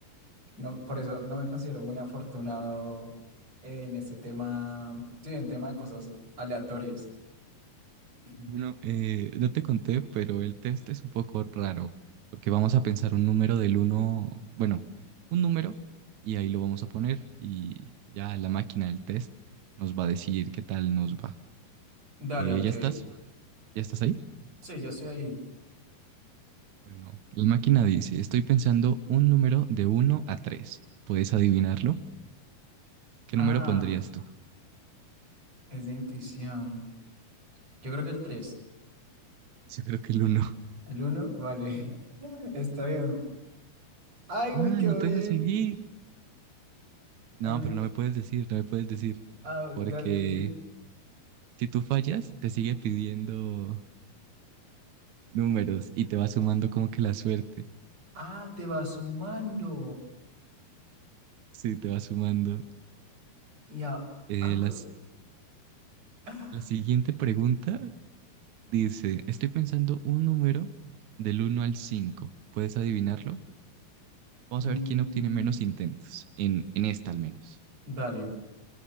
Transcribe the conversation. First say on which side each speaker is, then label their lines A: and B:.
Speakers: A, on the right; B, on the right.
A: No, por eso no me considero muy afortunado en este tema, sí, en tema de cosas aleatorias. <clears throat>
B: Bueno, eh, no te conté, pero el test es un poco raro porque vamos a pensar un número del uno, bueno, un número y ahí lo vamos a poner y ya la máquina del test nos va a decir qué tal nos va.
A: Dale,
B: Eh,
A: ok.
B: ¿ya estás? ¿Ya estás ahí?
A: Sí, ya estoy ahí.
B: Bueno, la máquina dice, estoy pensando un número de uno a 3. ¿Puedes adivinarlo? ¿Qué
A: Ah,
B: número pondrías tú?
A: es de intuición. Yo creo que el tres
B: Yo creo que el uno.
A: ¿El uno Vale. <laughs> Está bien. Ay,
B: Ah,
A: me quedó
B: no te
A: bien.
B: deja seguir. No,
A: Ay, me...
B: pero
A: qui-
B: no me puedes decir, no me puedes decir.
A: Ah, dale.
B: Porque
A: sí.
B: si tú fallas, te sigue pidiendo números y te va sumando como que la suerte.
A: Ah, te va sumando.
B: Sí, te va sumando.
A: Y a...
B: Eh,
A: a-
B: las,
A: <laughs>
B: la siguiente pregunta dice, estoy pensando un número del uno al 5. ¿Puedes adivinarlo? Vamos
A: Mm,
B: a ver quién obtiene menos intentos, en, en esta al menos.
A: dale.